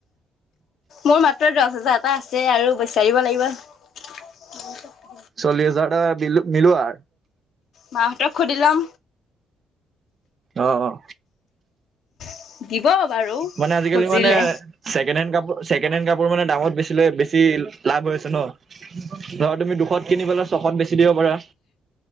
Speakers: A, on the left; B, on the right.
A: মোৰ মাত্ৰ দচ হাজ। জাৰটা আছে আৰু বিচাৰিব লাগিব।
B: চল্লিছ হাজাৰ এটা মিলো মিলোৱা।
A: মাহঁতক সুধি লম।
B: অ', অ'।
A: <inaudible> বাৰু
B: মানে আজিকালি
A: খুজিলে
B: মানে ছেকেণ্ড হেণ্ড কাপোৰ। ছেকেণ্ড হেণ্ড কাপোৰ মানে দামত বেছিলে বেছি লাভ হৈছে ন', ধৰা তুমি, দুশত কিনি পেলাই ছশত বেছি দিব পাৰা।